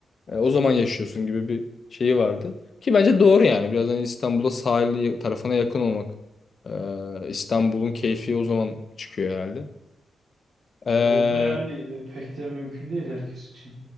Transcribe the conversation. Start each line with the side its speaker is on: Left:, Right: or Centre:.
Left: e, o zaman yaşıyorsun gibi bir şeyi vardı ki bence doğru yani biraz hani İstanbul'da sahil ya- tarafına yakın olmak e, İstanbul'un keyfi o zaman çıkıyor herhalde. Ee,
Right: Ya o da yani e, pek de mümkün değil herkes için.